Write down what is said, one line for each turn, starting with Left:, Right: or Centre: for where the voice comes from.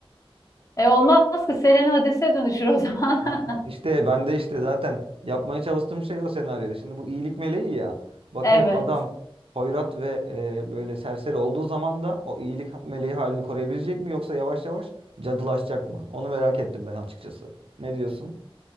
Left: E olmaz ki Selena Hades'e dönüşür o zaman.
Right: A- a- İşte ben de işte zaten yapmaya çalıştığım şey o senaryoda. Şimdi bu iyilik meleği ya. Bakalım
Left: <laughs> Evet.
Right: adam hoyrat ve e, böyle serseri olduğu zaman da o iyilik ha- meleği halini koruyabilecek mi yoksa yavaş yavaş cadılaşacak mı? Onu merak ettim ben açıkçası. Ne diyorsun?